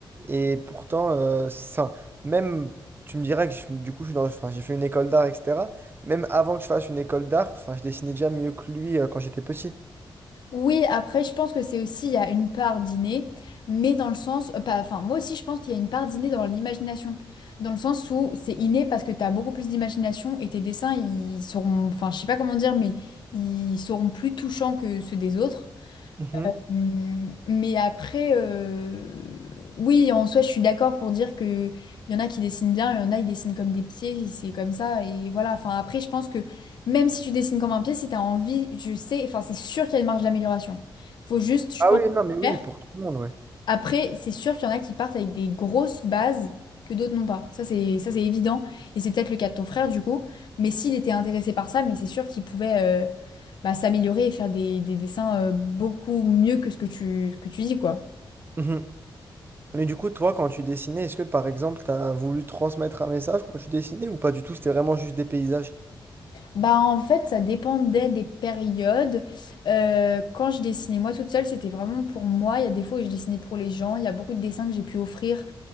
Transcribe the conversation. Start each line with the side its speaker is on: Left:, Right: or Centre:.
Right: Et pourtant, euh, ça, même, tu me diras que je- du coup, je suis dans- enfin, j'ai fait une école d'art, etc. Même avant que je fasse une école d'art, enfin, je dessinais déjà mieux que lui, euh, quand j'étais petit.
Left: Oui, après, je pense que c'est aussi, il y a une part d'inné, mais dans le sens, euh, pas, enfin, moi aussi, je pense qu'il y a une part d'inné dans l'imagination, dans le sens où c'est inné parce que tu as beaucoup plus d'imagination et tes dessins, ils seront, enfin, je sais pas comment dire, mais ils seront plus touchants que ceux des autres.
Right: Mhm.
Left: Hum, Mais après, euh, oui, en soi, je suis d'accord pour dire que il y en a qui dessinent bien, il y en a qui dessinent comme des pieds, c'est comme ça, et voilà. Enfin, après, je pense que même si tu dessines comme un pied, si tu as envie, je sais, enfin, c'est sûr qu'il y a une marge d'amélioration. Faut juste, je
Right: Ah
Left: pense,
Right: oui, non, mais oui,
Left: faire.
Right: pour tout le monde, ouais.
Left: Après, c'est sûr qu'il y en a qui partent avec des grosses bases que d'autres n'ont pas. Ça, c'est ça, c'est évident. Et c'est peut-être le cas de ton frère, du coup. Mais s'il était intéressé par ça, mais c'est sûr qu'il pouvait euh, bah, s'améliorer et faire des, des dessins euh, beaucoup mieux que ce que tu, que tu dis, quoi.
Right: Mhm. Mais du coup, toi, quand tu dessinais, est-ce que par exemple, tu as voulu transmettre un message quand tu dessinais ou pas du tout? C'était vraiment juste des paysages.
Left: Bah en fait, ça dépendait des périodes. Euh, quand je dessinais moi toute seule, c'était vraiment pour moi. Il y a des fois où je dessinais pour les gens. Il y a beaucoup de dessins que j'ai pu offrir